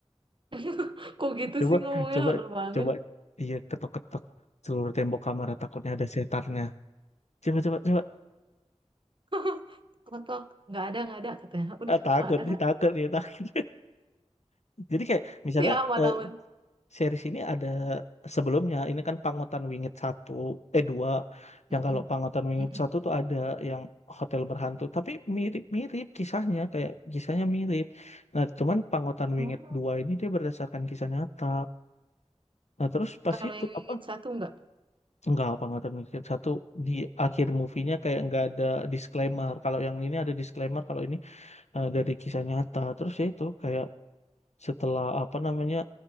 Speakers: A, on the right; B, on the left.
A: <laughs> Kok gitu
B: Coba,
A: sih ngomongnya
B: coba,
A: horor banget.
B: coba. Iya, ketok-ketok seluruh tembok kamar takutnya ada setannya. Coba, coba, coba.
A: <laughs> Ketok, nggak ada, nggak ada katanya. Udah,
B: Ah, takut
A: nggak ada.
B: nih, takut nih, takut. Jadi kayak misalnya
A: Ya, aman-aman.
B: eh, series ini ada sebelumnya ini kan Pangotan Wingit satu, eh dua. Yang
A: Mm-mm,
B: kalau Pangotan Wingit
A: mm-mm.
B: satu tuh ada yang hotel berhantu, tapi mirip-mirip kisahnya kayak kisahnya mirip. Nah, cuman Pangotan Wingit
A: Oh,
B: dua ini dia berdasarkan kisah nyata. Nah, terus pas
A: Kalau
B: itu
A: yang
B: apa
A: ingin satu nggak?
B: Enggak, apa nggak termikir. Satu di akhir movie-nya kayak nggak ada disclaimer. Kalau yang ini ada disclaimer, kalau ini eh, dari kisah nyata. Terus ya itu kayak setelah apa namanya